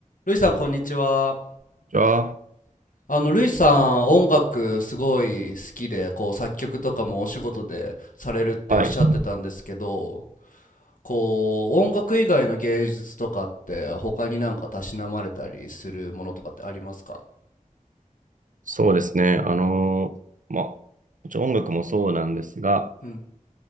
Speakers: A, on the left; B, on the right.
A: ルイさん、こんにちは。
B: じゃあ、
A: あの、ルイさん、音楽すごい好きで、こう、作曲とかもお仕事でされるっておっしゃってたんですけど、
B: はい。
A: こう、音楽以外の芸術とかって、他になんかたしなまれたりするものとかってありますか
B: そうですね。あのーまあ、もちろん音楽もそうなんですが、
A: うん。